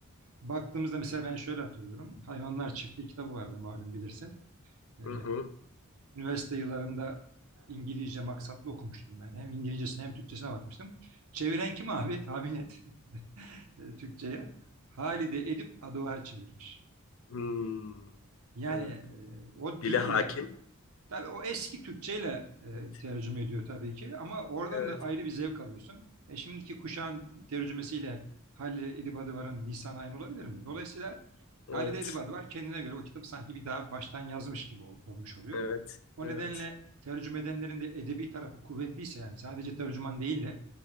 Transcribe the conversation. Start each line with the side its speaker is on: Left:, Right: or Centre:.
Right: Baktığımızda mesela ben şöyle hatırlıyorum. Hayvanlar Çiftliği kitabı vardı malum bilirsin. E,
Left: Hı hı.
Right: üniversite yıllarında İngilizce maksatlı okumuştum ben. Hem İngilizcesine hem Türkçesine bakmıştım. Çeviren kim abi? Tahmin et e, Türkçe'ye Halide Edip Adıvar çevirmiş.
Left: Hmm.
Right: Yani
Left: Evet.
Right: e, o
Left: Dile
Right: dille
Left: hakim.
Right: tabii o eski Türkçeyle e,
Left: Evet.
Right: tercüme ediyor tabii ki ama oradan
Left: Evet.
Right: da ayrı bir zevk alıyorsun. E, şimdiki kuşağın tercümesiyle Halide Edip Adıvar'ın lisanı aynı olabilir mi? Dolayısıyla
Left: Evet.
Right: Halide Edip Adıvar kendine göre o kitabı sanki bir daha baştan yazmış gibi ol- olmuş oluyor.
Left: Evet.
Right: O
Left: Evet.
Right: nedenle tercüme edenlerin de edebi tarafı kuvvetliyse yani sadece tercüman değil de